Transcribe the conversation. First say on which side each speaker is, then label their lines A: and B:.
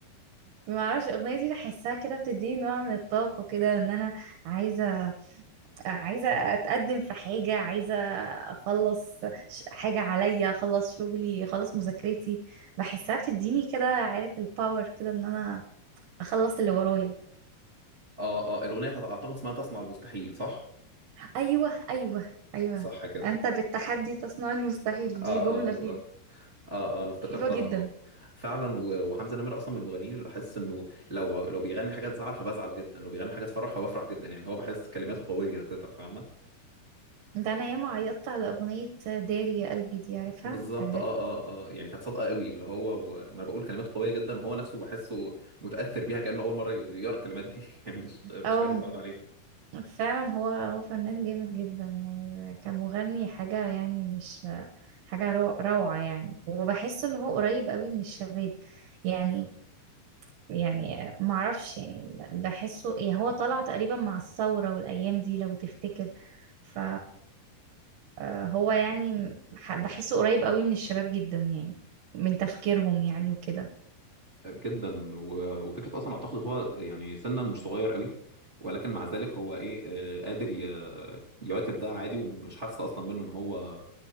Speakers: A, on the right (about 75°); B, on the right (about 25°).
A: معرفش الأغنية دي بحسها كده بتديني نوع من الطاقة كده وإن أنا عايزة عايزة أتقدم في حاجة عايزة أخلص ش- حاجة عليا أخلص شغلي أخلص مذاكرتي بحسها بتديني كده عارف الباور كده إن أنا أخلص اللي ورايا
B: اه اه الاغنيه بتاعت- اعتقد اسمها تصنع المستحيل صح
A: ايوه ايوه ايوه
B: صح كده
A: انت بالتحدي تصنع المستحيل
B: اه
A: دي جملة
B: اه بالظبط
A: فيها
B: اه اه انا افتكرتها
A: حلوة جدا
B: اهو فعلا و- وحمزه نمرة اصلا من المغنيين اللي بحس انه لو لو بيغني حاجه تزعل فبزعل جدا لو بيغني حاجه تفرح فبفرح جدا يعني هو بحس كلماته قويه كده فاهمه
A: ده انا ياما عيطت على اغنية داري يا قلبي دي عارفها
B: بالظبط
A: كان جد
B: اه اه اه يعني كانت صادقه قوي اللي هو و... ما انا بقول كلماته قويه جدا وهو نفسه بحسه متاثر بيها كانه اول مره يقرا الكلمات دي <laughs> يعني مش مش
A: او
B: كانه متعود عليها
A: فعلا هو هو فنان جامد جدا يعني كمغني حاجة يعني مش حاجة رو- روعة يعني وبحس ان هو قريب قوي من الشباب يعني يعني معرفش يعني بحسه يعني هو طلع تقريبا مع الثورة والايام دي لو تفتكر ف آه، هو يعني م- ح- بحسه قريب قوي من الشباب جدا يعني من تفكيرهم يعني وكده
B: جدا و- وفكره اصلا اعتقد هو يعني سنا مش صغير قوي ولكن مع ذلك هو ايه آه، قادر ي- يواكب ده عادي ومش حاسس اصلا منه ان هو